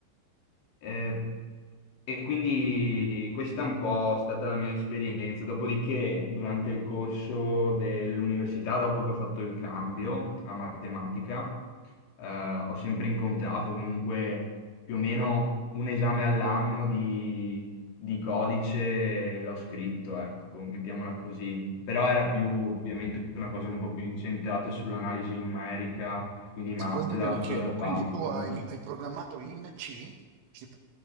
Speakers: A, on the left; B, on the right.
A: Eh, e quindi questa è un po' stata la mia esperienza. Dopodiché, durante il corso dell'università, dopo che ho fatto il cambio a matematica, eh, ho sempre incontrato comunque più o meno un esame all'anno di, di codice, l'ho scritto, ecco, mettiamola così. Però era più ovviamente una cosa un po' più incentrata sull'analisi numerica, quindi MATLAB,
B: Guarda che te lo chiedo, quindi
A: Python.
B: tu hai, hai programmato in C, C++